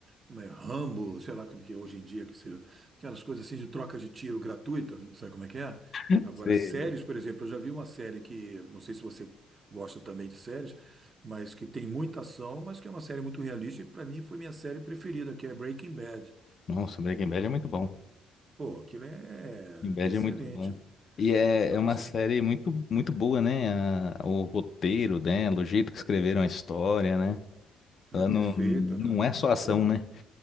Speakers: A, on the right (about 25°); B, on the left (about 35°).
A: como é, Rambo, sei lá como que é hoje em dia que se, aquelas coisas assim de troca de tiro gratuita, sabe como é que é?
B: Você...
A: Agora, séries, por exemplo, eu já vi uma série que, não sei se você gosta também de séries, mas que tem muita ação, mas que é uma série muito realista e para mim foi minha série preferida, que é Breaking Bad.
B: Nossa, Breaking Bad é muito bom.
A: Pô, aquilo é
B: Breaking Bad
A: excelente.
B: é muito bom. E é,
A: Foi
B: é
A: consi-
B: uma série muito, muito boa, né? A- o roteiro dela, o jeito que escreveram a história, né?
A: Ela
B: Ela
A: é perfeita,
B: não, não
A: né?
B: é só ação,
A: Per-
B: né?